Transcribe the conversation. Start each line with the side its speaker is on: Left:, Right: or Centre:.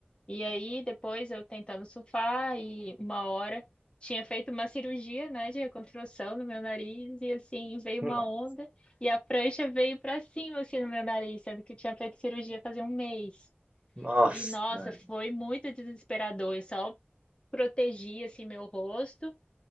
Left: E aí, depois eu tentando surfar e uma hora tinha feito uma cirurgia, né, de reconstrução no meu nariz e assim veio
Right: não.
Left: uma onda e a prancha veio para cima assim no meu nariz, sendo que eu tinha feito cirurgia fazia um mês.
Right: Nossa.
Left: E nossa,
Right: né?
Left: foi muito desesperador. Eu só protegi assim meu rosto